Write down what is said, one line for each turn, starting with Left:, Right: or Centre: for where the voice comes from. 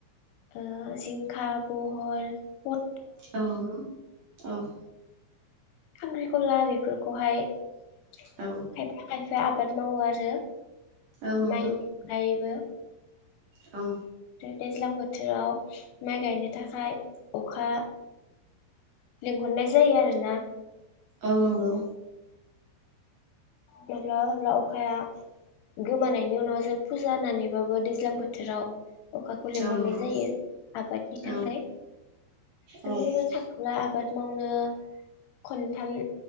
Left: ओ जिंखा बहल प-
Right: औ नंगौ औ <inaudible>
Left: ख्रिखला बेफोरखौहाय खायफा
Right: औ
Left: खायफा फ्राय आबाद मावो आरो
Right: औ नंगौ
Left: माइ माइबो
Right: औ
Left: दैज्लां बोथोराव माइ गायनो थाखाय अखा लिंहरनाय जायो आरोना
Right: औ नंगौ
Left: माब्लाबा माब्लाबा अखाया गोमानायनि उनाव जों फुजा होननानैबाबो दैज्लां बोथोराव अखाखौ लेंहरनाय
Right: औ नंगौ
Left: जायो आबादनि
Right: औ
Left: थाखाय जों
Right: औ
Left: बुंनो थाङोब्ला आबाद मावनो खनथाम